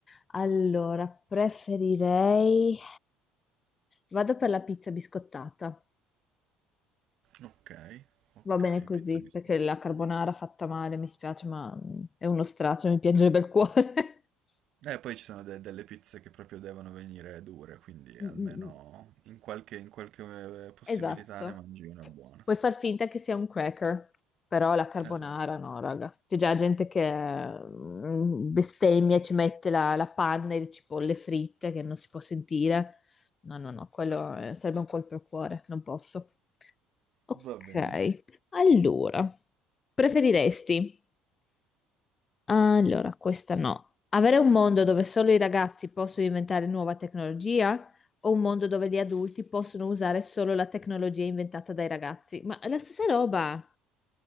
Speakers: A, on the left; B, on the right.
A: Allora, preferirei... Vado per la pizza biscottata.
B: Ok, ok,
A: Va bene così,
B: pizza biscotti.
A: perché la carbonara fatta male mi spiace, ma mm, è uno straccio, mi piangerebbe il cuore. <laughs>
B: E poi ci sono de- delle pizze che proprio devono venire dure, quindi almeno
A: Mm, mm, mm.
B: in qualche, in qualche, eh, possibilità
A: Esatto.
B: ne mangi una buona.
A: Puoi far finta che sia un cracker, però la carbonara
B: Esatto.
A: no, raga. C'è già gente che mm, bestemmia e ci mette la, la panna e le cipolle fritte che non si può sentire. No, no, no, quello eh, sarebbe un colpo al cuore, non posso. Ok,
B: Va bene.
A: allora, preferiresti? Allora, questa no. Avere un mondo dove solo i ragazzi possono inventare nuova tecnologia o un mondo dove gli adulti possono usare solo la tecnologia inventata dai ragazzi? Ma è la stessa roba.